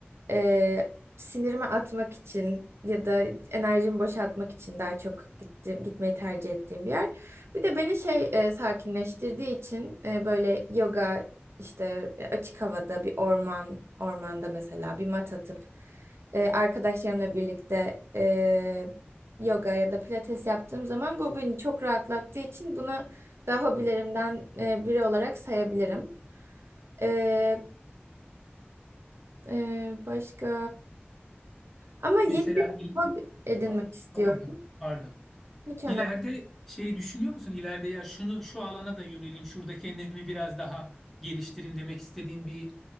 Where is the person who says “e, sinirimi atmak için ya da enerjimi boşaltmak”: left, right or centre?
Right